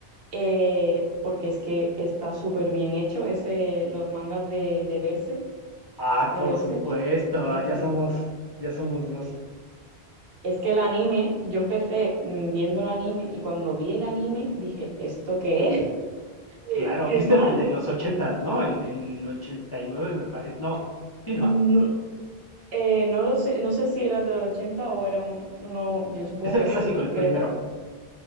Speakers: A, on the right (about 65°); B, on the left (about 35°).
A: eh, porque es que está súper bien hecho, es eh, los mangas de, de Berserk,
B: Ah,
A: de
B: por
A: Berserk.
B: supuesto,
A: Es que,
B: ya somos, ya somos dos.
A: es que el anime, yo empecé mm, viendo el anime y cuando vi el anime dije, ¿esto qué es?
B: Claro,
A: <laughs> ¡Qué
B: viste
A: mal!
B: el de los ochentas, ¿no? El, el 89 me parece. No, sí,
A: No,
B: ¿no?
A: eh, no lo sé, no sé si era de los 80 o era un, no, yo supongo
B: Es el
A: que
B: clásico,
A: sí,
B: el
A: pero
B: primero.